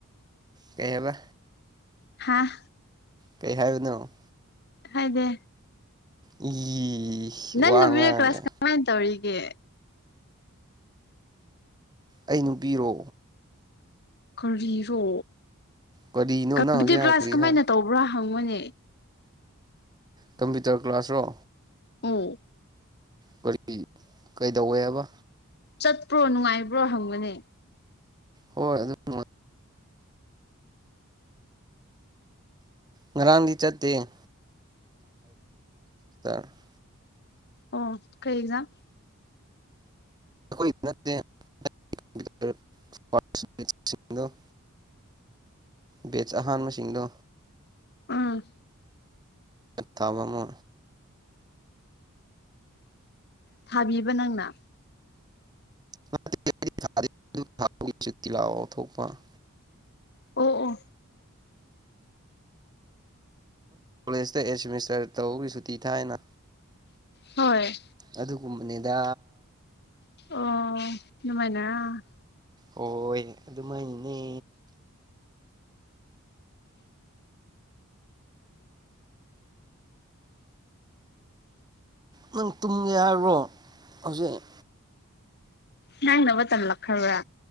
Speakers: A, on the right; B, on the left.
A: ꯀꯩꯕ
B: ꯍꯥꯥ
A: ꯀꯩ ꯍꯥꯏꯕꯅꯣ
B: ꯍꯥꯏꯗꯦ
A: ꯏ
B: ꯅꯪ
A: ꯋꯥ
B: ꯅꯨꯕꯤꯔꯣ
A: ꯉꯥꯡꯒ
B: ꯀ꯭ꯂꯁ ꯀꯃꯥꯏ ꯇꯧꯔꯤꯒꯦ
A: ꯑꯩ ꯅꯨꯄꯤꯔꯣ
B: ꯀꯔꯤꯔꯣ
A: ꯀꯔꯤꯅꯣ
B: ꯀꯝꯄ꯭ꯌꯨꯇꯔ
A: ꯅꯪ ꯍꯧꯖꯤꯛ ꯍꯥꯏ
B: ꯀ꯭ꯂꯥꯁ
A: ꯀꯔꯤ
B: ꯀꯃꯥꯏꯅ
A: ꯍꯥꯏ
B: ꯇꯧꯕ꯭ꯔꯥ ꯍꯪꯉꯅꯦ
A: ꯀꯝꯄ꯭ꯌꯨꯇꯔ ꯀ꯭ꯂꯥꯁꯔꯣ
B: ꯑꯧ
A: ꯀꯔꯤ ꯀꯩꯗꯧꯋꯦ ꯍꯥꯏꯕ
B: ꯆꯠꯄ꯭ꯔꯣ ꯅꯨꯡꯉꯥꯏꯕ꯭ꯔꯣ ꯍꯪꯒꯅꯦ
A: ꯍꯣꯏ ꯑꯗꯨꯝ ꯉꯔꯥꯡꯗꯤ ꯆꯠꯇꯦꯔ <unintelligible>
B: ꯑꯣ ꯀꯩ ꯑꯦꯛꯖꯥꯝ
A: ꯈꯣꯏꯗ ꯅꯠꯇꯦ <unintelligible> ꯕꯦꯠꯆ ꯑꯍꯥꯟꯕꯁꯤꯡꯗꯣ
B: ꯎꯝ
A: ꯊꯥꯕ ꯑꯃ
B: ꯊꯥꯕꯤꯕ ꯅꯪꯅ
A: <unintelligible> ꯂꯥꯎꯑꯣ ꯊꯣꯛꯄ
B: ꯑꯣ ꯑꯣ
A: ꯀꯣꯂꯦꯖꯇ ꯑꯦꯠ ꯁꯦꯃꯤꯁꯇꯔ ꯇꯧꯕꯒꯤ ꯁꯨꯇꯤ ꯊꯥꯏꯅ
B: ꯍꯣꯏ
A: ꯑꯗꯨꯒꯨꯝꯕꯅꯤꯗ
B: ꯑꯣ ꯗꯨꯃꯥꯏꯅꯔꯥ
A: ꯍꯣꯏ ꯑꯗꯨꯃꯥꯏꯅꯅꯦ ꯅꯪ ꯇꯨꯝꯒꯦ ꯍꯥꯏꯔꯣ ꯍꯧꯖꯤꯛ
B: ꯅꯪꯅ ꯑꯃ ꯇꯝꯂꯛꯈ꯭ꯔꯕ